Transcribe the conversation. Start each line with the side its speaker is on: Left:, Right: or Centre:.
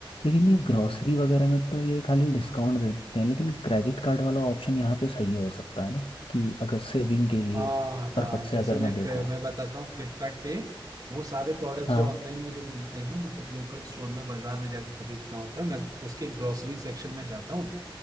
Left: लेकिन ये
Right: हम्म।
Left: ग्रॉसरी वगैरह में तो ये खाली डिस्काउंट दे देते हैं लेकिन क्रेडिट कार्ड वाला ऑप्शन यहाँ पे सही हो सकता है ना कि अगर सेविंग के लिए
Right: हाँ हाँ
Left: पर्पज से
Right: जैसे
Left: अगर
Right: मैं
Left: मैं देखूँ
Right: मैं बताता हूँ फ्लिपकार्ट पे वो सारे प्रोडक्ट्स
Left: हाँ
Right: जो ऑनलाइन मुझे मिलते हैं मतलब लोकल स्टोर में बाजार में जाकर खरीदना होता है मैं उसके ग्रोसरी सेक्शन में जाता हूँ